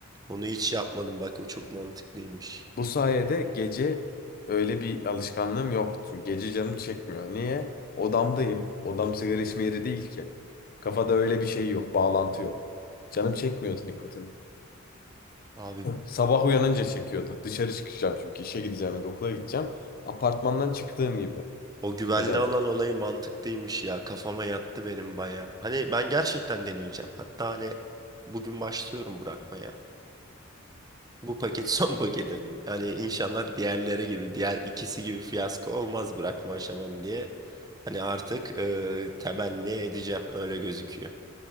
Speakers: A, on the right; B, on the left.
A: Onu hiç yapmadım bak o çok mantıklıymış.
B: Bu sayede gece öyle bir alışkanlığım yok. Çünkü gece canım çekmiyor. Niye? Odamdayım. Odam sigara içme yeri değil ki. Kafada öyle bir şey yok, bağlantı yok. Canım çekmiyordu nikotin.
A: Abi
B: Sabah uyanınca çekiyordu. Dışarı çıkacağım çünkü işe gideceğim ya da okula gideceğim. Apartmandan çıktığım gibi
A: o güvenli
B: ya da
A: alan olayı mantıklıymış ya. Kafama yattı benim baya. Hani ben gerçekten deneyeceğim. Hatta hani bugün başlıyorum bırakmaya. Bu paket <laughs> son paketim. Hani inşallah diğerleri gibi, diğer ikisi gibi fiyasko olmaz bırakma aşamam diye. Hani artık e, temenni edeceğim öyle gözüküyor.